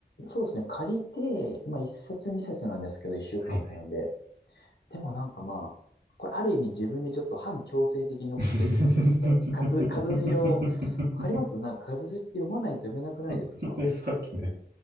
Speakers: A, on the left; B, on the right.
A: そうですね。借りて、まあ、一冊二冊なんですけど、一週間なんで。
B: はいはい。
A: でもなんかまあ、これある意味自分にちょっと反強制的に読ませてるんですよ、
B: <laughs>
A: やっぱり。活、活字を、わかりますなんか活字って読まないと読めなくないですか
B: でそうですね。